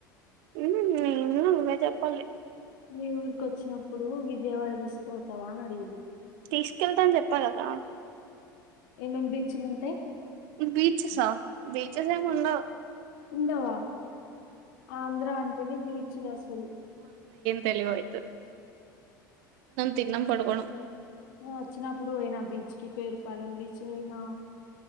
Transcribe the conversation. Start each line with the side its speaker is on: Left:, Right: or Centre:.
Right: ఉ నేను నువ్వే జెప్పల్లి
Left: మీ ఊరుకొచ్చినాం ప్పుడు విజయవాడ తీస్ పోతావా అని అడిగిన
Right: తీసుకెళ్తా అని చెప్పా గదా
Left: ఏమేమ్ బీచ్లు ఉంటే
Right: బీచసా బీచస్ ఏముండవ్
Left: ఉండవ ఆంధ్రా అంటేనే బీచ్లు అసలు
Right: తెలీవ్ అయితే థిన్డం పడుకోడం
Left: నువ్ వచ్చినప్పుడు అయినా బీచ్ కి పేరు పాలెం బీచ్ పోయినా